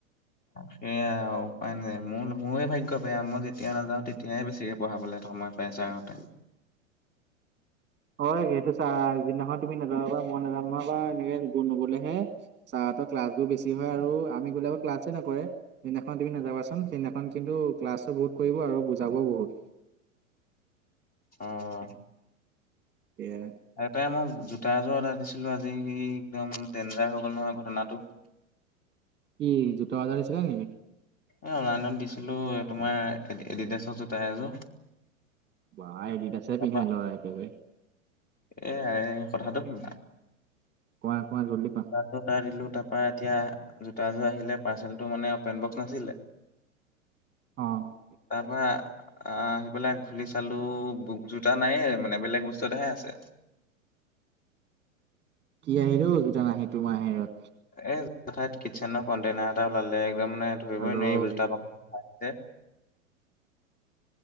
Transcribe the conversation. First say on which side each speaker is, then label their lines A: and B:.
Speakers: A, on the left; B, on the right.
A: সেয়া আৱ উপায় নাই। মোৰ মোৰে ভাগ্য বেয়া মই যেতিয়া নাযাও তেতিয়াই বেছিকে পঢ়াবলে সময় পায় ছাৰহঁতে।
B: অঁ সেইটো চা আগ দিনাখন তুমি নাযাবা মই নাযাম নহ'বা এনেকে কোনো নগলেহে ছাৰহঁতৰ ক্লাছবোৰ বেছি হয় আৰু আমি গ'লে আক ক্লাছে নকৰে। যিদিনাখন তুমি নাযাবাচোন সেইদিনাখন কিন্তু ক্লাছো বহুত কৰিব আৰু বুজাবও বহুত।
A: অহ।
B: এয়া।
A: আৰু তাই মই জোতা এযোৰ অৰ্ডাৰ দিছিলোঁ আজি একদম দেনজাৰ হৈ গ'ল নহয় ঘটনাটো।
B: কি জোতা অৰ্ডাৰ দিছিলা নেকি?
A: এ অনলাইনত দিছিলোঁ তোমাৰ এডি এডিডাছৰ জোতা এযোৰ।
B: বাহ এডিডাছৰে
A: তাৰপা
B: পিন্ধে ল'ৰা একেবাই।
A: এ এ কথাটো শুনা।
B: কোৱা কোৱা জল্দি কোৱা?
A: জোতাযোৰ অৰ্ডাৰ দিলোঁ তাৰ পৰা এতিয়া জোতা যোৰ আহিলে পাৰ্চেলটো মানে অপেন বক্স নাছিলে। <inaudible>
B: অ',
A: তাৰপৰা। আহ আহি পেলাই খুলি বুক জোতা নায়েই মানে বেলেগ বস্তু এটাহে আছে।
B: কি আহিল অ, জোতা নাহি তোমাৰ হেয়ত।
A: এ এঠাইত কিটচেনৰ কণ্টেইনাৰ এটা ওলালে একদম মানে ধৰিবই
B: হেল্ল'
A: নোৱাৰি এইবোৰ